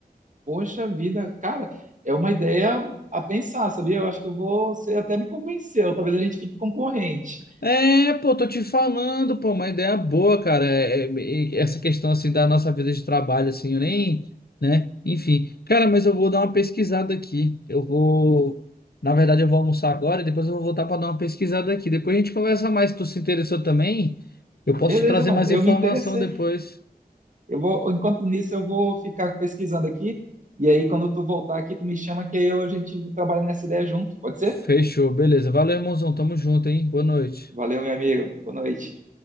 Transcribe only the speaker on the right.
Poxa vida, cara, é uma ideia a pensar, sabia? Eu acho que eu vou, você até me convenceu. Talvez a gente fique concorrente.
Beleza,
mano,
eu
me interessei.
Eu vou, enquanto nisso, eu vou ficar pesquisando aqui. E aí, quando tu voltar aqui, tu me chama que aí eu- a gente trabalha nessa ideia junto. Pode ser?
Valeu, meu amigo. Boa noite.